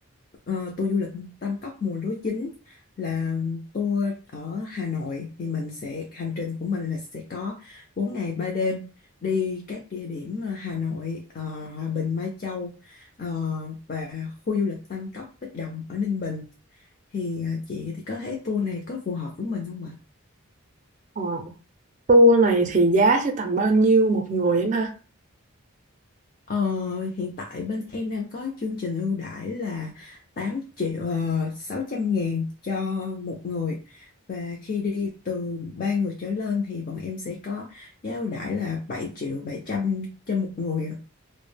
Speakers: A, on the left; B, on the right.
A: Ờ, tour du lịch Tam Cốc mùa lúa chín là tour ở Hà Nội thì mình sẽ hành trình của mình là sẽ có 4 ngày 3 đêm đi các địa điểm ờ, Hà Nội, ờ, Hòa Bình, Mai Châu ờ, và khu du lịch Tam Cốc Bích Động ở Ninh Bình thì ờ, chị thì có thấy tour này có phù hợp với mình không ạ?
B: Ờ, tour này thì giá sẽ tầm bao nhiêu một người em ha?
A: Ờ, hiện tại bên em đang có chương trình ưu đãi là 8 triệu uh, 600 ngàn cho một người và khi đi từ 3 người trở lên thì bọn em sẽ có giá ưu đãi là bảy triệu bảy trăm cho một người